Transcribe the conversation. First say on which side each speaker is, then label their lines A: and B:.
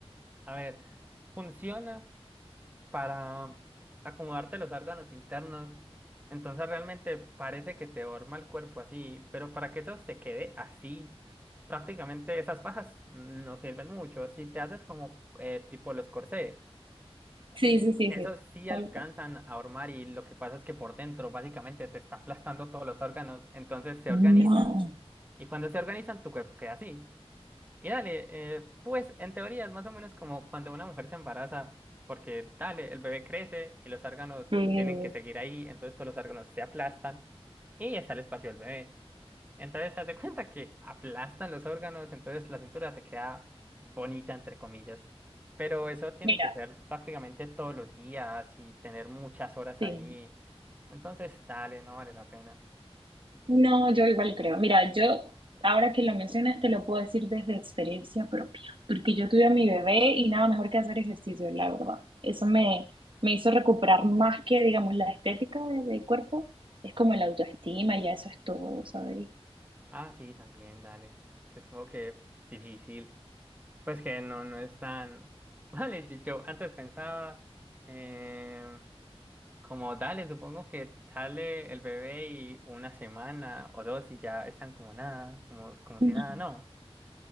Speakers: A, on the right (about 15°); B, on the right (about 55°).
A: a ver, funciona para acomodarte los órganos internos, entonces realmente parece que te forma el cuerpo así, pero para que eso se quede así, prácticamente esas fajas no sirven mucho. Si te haces como eh, tipo los corsés,
B: Sí, sí, sí,
A: esos
B: sí,
A: sí
B: tal
A: alcanzan
B: cual.
A: a hormar y lo que pasa es que por dentro básicamente te está aplastando todos los órganos, entonces se
B: <gasps>
A: organizan
B: No.
A: Y cuando se organizan, tu cuerpo queda así. Y dale, eh, pues en teoría es más o menos como cuando una mujer se embaraza, porque dale, el bebé crece y los órganos
B: Sí.
A: tienen que seguir ahí, entonces todos los órganos se aplastan y está el espacio del bebé. Entonces, haz de cuenta que aplastan los órganos, entonces la cintura te queda bonita, entre comillas. Pero eso tiene
B: Mira,
A: que ser prácticamente todos los días y tener muchas horas
B: sí.
A: ahí. Entonces, dale, no vale la pena.
B: No, yo igual creo. Mira, yo ahora que lo mencionas te lo puedo decir desde experiencia propia, porque yo tuve a mi bebé y nada mejor que hacer ejercicio, la verdad. Eso me, me hizo recuperar más que, digamos, la estética de- del cuerpo, es como la autoestima y ya eso es todo, ¿sabes?
A: Ah, sí, también, dale. Sí, Es como que difícil. Pues que no, no es tan. <laughs> Vale, yo yo antes pensaba, eh, como dale, supongo que sale el bebé y una semana o dos y ya están como nada, como, como
B: No,
A: si nada, no.